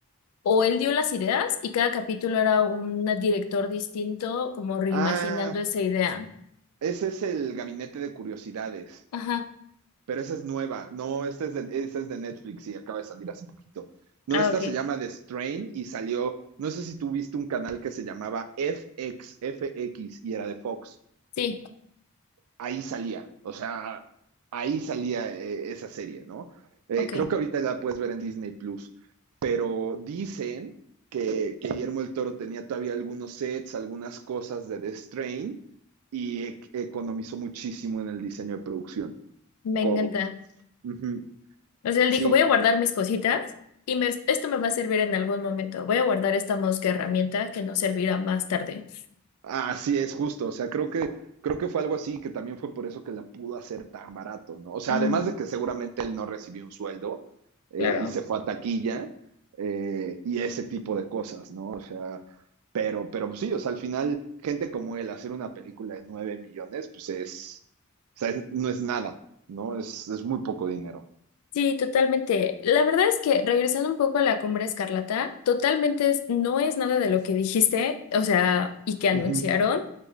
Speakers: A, on the left; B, on the right.
A: o él dio las ideas y cada capítulo era un director distinto, como reimaginando
B: Ah,
A: esa idea.
B: ese es el Gabinete de Curiosidades,
A: Ajá.
B: pero esa es nueva, no, esta es de, esta es de Netflix y acaba de salir hace poquito. No,
A: Ah,
B: esta
A: ok.
B: se llama The Strain y salió, no sé si tú viste un canal que se llamaba FX, FX y era de Fox.
A: Sí,
B: ahí salía, o sea, ahí salía eh, esa serie, ¿no? Eh,
A: ok.
B: creo que ahorita la puedes ver en Disney Plus, pero dicen que, que Guillermo el Toro tenía todavía algunos sets, algunas cosas de The Strain y e- economizó muchísimo en el diseño de producción.
A: Me
B: Co-
A: encanta.
B: Ujú,
A: O sea, él
B: Sí,
A: dijo, voy a guardar mis cositas y me- esto me va a servir en algún momento. Voy a guardar esta mosca herramienta que nos servirá más tarde.
B: Así es, justo. O sea, creo que, creo que fue algo así que también fue por eso que la pudo hacer tan barato, ¿no? O sea,
A: Mm,
B: además de que seguramente él no recibió un sueldo eh,
A: claro.
B: y se fue a taquilla eh, y ese tipo de cosas, ¿no? O sea, pero, pero pues sí, o sea, al final, gente como él, hacer una película de 9 millones, pues es, o sea, es- no es nada, ¿no? Es, es muy poco dinero.
A: Sí, totalmente. La verdad es que regresando un poco a la Cumbre Escarlata, totalmente es- no es nada de lo que dijiste, o sea, y que anunciaron.
B: Ujú.